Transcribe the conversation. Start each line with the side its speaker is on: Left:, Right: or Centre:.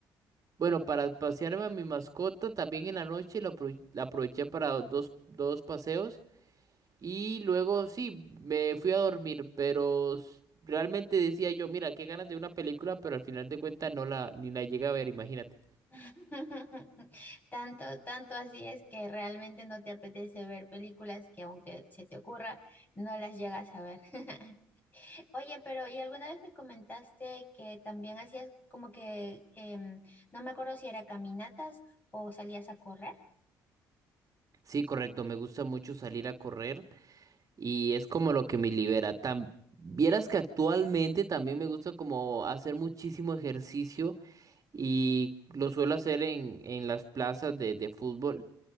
Right: bueno, para pasearme a mi mascota, también en la noche lo apro- la aproveché para dos, dos paseos y luego sí, me fui a dormir, pero s- realmente decía yo, mira, qué ganas de una película, pero al final de cuentas no la, ni la llegué a ver, imagínate.
Left: <laughs> Tanto, tanto así es que realmente no te apetece ver películas que aunque se te ocurra, no las llegas a ver. <laughs> Oye, pero ¿y alguna vez me comentaste que también hacías como que, em, no me acuerdo si era caminatas o salías a correr?
Right: Sí, correcto, me gusta mucho salir a correr. Y es como lo que me libera. Tam- vieras que actualmente también me gusta como hacer muchísimo ejercicio y lo suelo hacer en, en las plazas de, de fútbol.